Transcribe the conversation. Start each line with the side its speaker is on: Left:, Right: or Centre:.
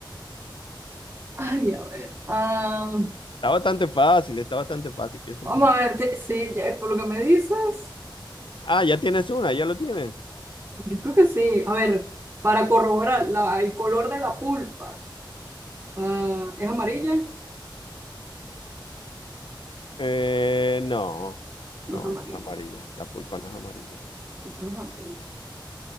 Right: Ay, a ver. ah,
Left: Está bastante fácil, está bastante fácil, piensa
Right: vamos
Left: un poquito.
Right: a ver, te- sí, ya, por lo que me dices,
Left: Ah, ya tienes una, ya lo tienes.
Right: yo creo que sí. A ver, para corroborar, la, el color de la pulpa, ah, ¿es amarilla?
Left: Eh, no,
Right: No
Left: no,
Right: es amarilla,
Left: no es amarilla. La pulpa no es amarilla.
Right: pulpa no es amarilla.